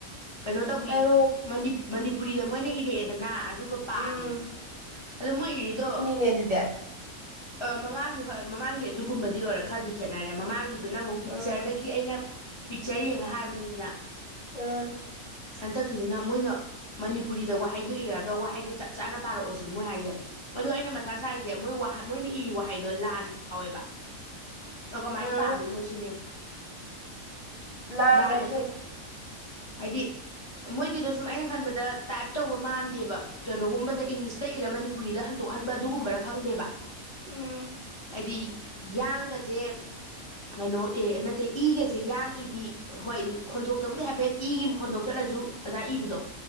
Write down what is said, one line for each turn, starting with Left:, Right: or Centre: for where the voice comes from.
Left: ꯀꯩꯅꯣ ꯇꯧꯕꯤ
Right: ꯍꯥꯏꯔꯛꯑꯣ
Left: ꯃꯅꯤꯄꯨꯔꯤꯗ ꯃꯣꯏꯅ ꯏꯔꯛꯑꯦꯗꯅ ꯑꯗꯨ ꯑꯗꯨꯒ ꯄꯥꯕꯤ
Right: ꯎꯝ
Left: ꯑꯗꯣ ꯃꯣꯏ ꯏꯔꯤꯗꯣ
Right: ꯑꯗꯨꯗ
Left: ꯑ ꯃꯃꯥꯡꯒꯤ ꯍꯣꯏ ꯃꯃꯥꯡꯒꯤ ꯑꯗꯨꯒꯨꯝꯕꯗꯤ ꯑꯣꯏꯔ ꯈꯔꯗꯤ ꯈꯦꯠꯅꯔꯦ ꯃꯃꯥꯡꯒꯤ ꯑꯗꯨꯅ ꯑꯃꯨꯛ ꯄꯤꯛꯆꯔꯗꯒꯤ
Right: ꯑꯥ
Left: ꯑꯩꯅ ꯄꯤꯛꯆꯔ ꯌꯦꯡꯉ ꯍꯥꯏꯕꯅꯤꯗꯅ
Right: ꯎꯝ
Left: ꯍꯟꯗꯛꯀꯤꯁꯤꯅ ꯃꯣꯏꯅ ꯃꯅꯤꯄꯨꯔꯤꯗ ꯋꯥꯍꯩꯗꯨꯣ ꯏꯔꯛꯑꯒ ꯋꯥꯍꯩꯗꯨꯣ ꯆꯞ ꯆꯥꯅ ꯄꯥꯔꯛꯑꯣ ꯁꯤꯅꯤ ꯃꯣꯏ ꯍꯥꯏꯁꯦ ꯑꯗꯨ ꯑꯩꯅ ꯃꯊꯥ ꯁꯔꯤꯁꯦ ꯃꯣꯏ ꯃꯣꯏꯅ ꯏꯌꯨ ꯍꯥꯏꯗꯣ ꯂꯥꯟ ꯌꯥꯎꯋꯦꯕ ꯀꯃꯥꯏꯅ
Right: ꯑꯥ
Left: ꯄꯥꯗꯣꯏꯅꯣ ꯁꯤꯅꯦ
Right: ꯂꯥꯟꯕ
Left: ꯂꯥꯟꯅꯗꯣ
Right: ꯍꯥꯏꯁꯦ
Left: ꯍꯥꯏꯗꯤ ꯃꯣꯏꯒꯤꯗꯣ ꯁꯨꯝ ꯑꯩꯅ ꯈꯟꯕꯗ ꯇꯥꯏꯞ ꯇꯧꯕ ꯃꯥꯟꯗꯦꯕ ꯀꯩꯅꯣꯒꯨꯝꯕꯗ ꯏꯪꯂꯤꯁꯇ ꯏꯔ ꯃꯅꯤꯄꯨꯔꯤꯗ ꯍꯟꯗꯣꯛꯍꯟꯕ ꯑꯗꯨꯒꯨꯝꯕꯔ ꯈꯪꯗꯦꯕ
Right: ꯎꯝ
Left: ꯍꯥꯏꯗꯤ ꯌꯥꯡꯒꯁꯦ ꯀꯩꯅꯣ ꯑꯦ ꯅꯠꯇꯦ ꯏꯒꯁꯦ ꯌꯥꯡ ꯏꯕꯤ ꯍꯣꯏ ꯈꯣꯟꯊꯣꯛꯇꯕꯨꯗꯤ ꯍꯥꯏꯐꯦꯠ ꯏꯒꯤ ꯈꯣꯟꯗꯣꯛ ꯆꯠꯂꯁꯨ ꯑꯗꯥ ꯏꯕꯗꯣ